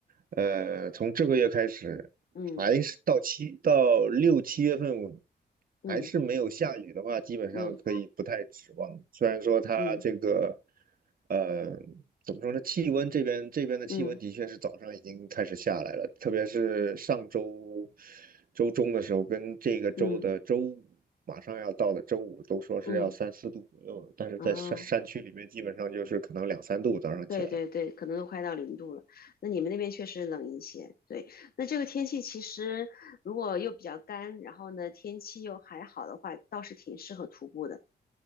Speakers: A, on the right; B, on the left.
A: 呃，从这个月开始，
B: 嗯
A: 还是到七到六七月份，我
B: 嗯
A: 还是没有下雨的话，基本上可以不太指望。
B: 嗯
A: 虽然说它这个，
B: 嗯
A: 呃，怎么说呢？气温这边这边的气温的确是早上已经开始下来了，
B: 嗯
A: 特别是上周周中的时候，跟这个周的周五。
B: 嗯
A: 马上要到的周五都说是要三四度左右的，
B: 嗯，
A: 但是在山山区里面，
B: 哦，
A: 基本上就是可能两三度早上起来。
B: 对对对，可能都快到零度了。那你们那边确实冷一些，对。那这个天气其实如果又比较干，然后呢天气又还好的话，倒是挺适合徒步的。